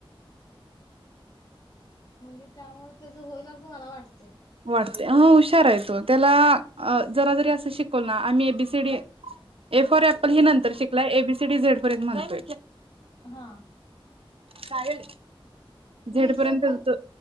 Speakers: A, on the left (about 45°); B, on the right (about 75°).
A: म्हणजे त्यामुळे त्या ज होईल अस मला वाटत
B: वाटते हुशार येतो त्याला जरा जरी असं शिकव ना आम्ही एबीसीडी ए फॉर पल ही नंतर शिकलाय एबीसीटी झेडपर्यंत मानतोय
A: हा
B: काल झेडपर्यंत
A: लिहितोय पण